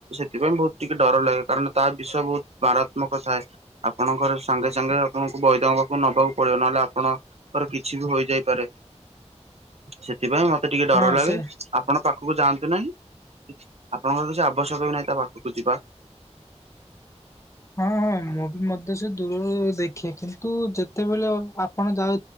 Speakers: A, on the right; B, on the left.
A: ସେଥିପାଇଁ ବହୁତ ଟିକେ ଡର ଲାଗେ କାରଣ ତା ବିଷ ବହୁତ ମାରାତ୍ମକ ଥାଏ। ଆପଣଙ୍କ ଘରେ ସାଙ୍ଗେ ସାଙ୍ଗେ ଆପଣଙ୍କୁ ବୈଦଙ୍କ ପାଖକୁ ନବାକୁ ପଡିବ ନହେଲେ ଆପଣ ର କିଛି ବି ହୋଇଯାଇପାରେ ସେଥିପାଇଁ ମତ ମତେ ଟିକେ ଡର
B: ହଁ
A: ଲାଗେ
B: ସେ
A: ଆପଣ ପାଖକୁ ଯାଆନ୍ତୁ ନାହିଁ, ଆପଣଙ୍କର କିଛି ଆବଶ୍ୟକ ବି ନାହିଁ ତା ପା ଖକୁ ଯିବା।
B: ହଁ ହଁ ମୁଁ ବି ମଧ୍ୟ ସେ ଦୂରରୁ ଦେଖେ, କିନ୍ତୁ ଯେତେବେଳେ ଆପଣ ଯାଉ